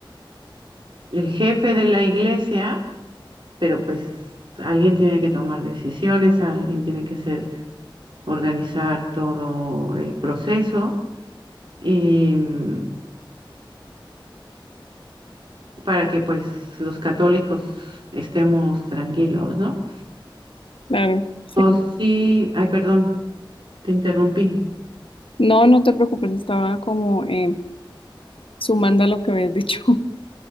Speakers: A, on the right; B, on the left.
A: el jefe de la iglesia, pero pues alguien tiene que tomar decisiones, alguien tiene que ser, organizar todo el proceso y mm, para que pues los católicos estemos tranquilos, ¿no?
B: Claro, sí.
A: O sí, ay, perdón, te interrumpí.
B: No, no te preocupes, estaba como eh, sumando a lo que habías dicho <laughs>